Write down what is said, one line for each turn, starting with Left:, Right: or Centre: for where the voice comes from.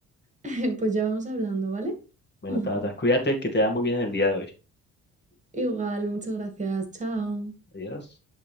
Right: <laughs> Pues ya vamos hablando, ¿vale?
Left: Bueno,
Right: <laughs>
Left: Tata, cuídate, que te da muy bien el día de hoy.
Right: Igual, muchas gracias, chao.
Left: Adiós.